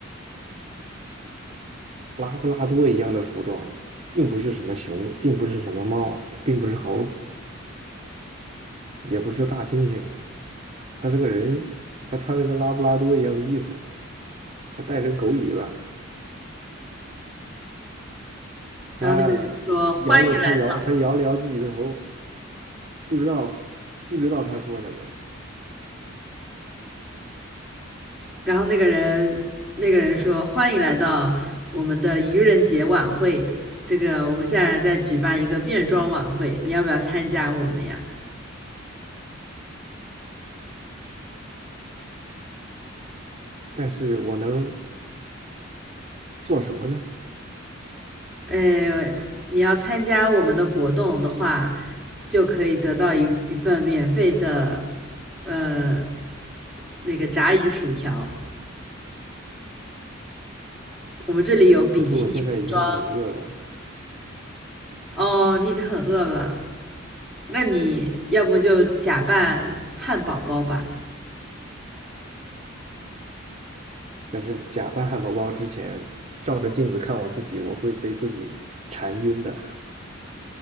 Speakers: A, on the right; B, in the centre.
A: 拉布拉多一样的服装，并不是什么熊，并不是什么猫，并不是猴，也不是大猩猩，他是个人，他穿着跟拉布拉多一样的衣服。还带着个狗尾巴，
B: 然后那个人说欢迎来到，
A: 他摇了，他摇，他摇了摇自己的头，不知道，不知道他说什么，
B: 然后那个人那个人说欢迎来到我们的愚人节晚会，这个我们现在在举办一个变装晚会，你要不要参加我们呀？
A: 但是我能做什么呢？
B: 呃，你要参加我们的活动的话，就可以得到一一份免费的呃那个炸鱼薯条。我们这里有比基尼服装，
A: 可是我现在已经很饿了，
B: 哦，你已经很饿了，那你要不就假扮汉堡包吧？
A: 但是假扮汉堡包之前，照着镜子看我自己，我会被自己馋晕的。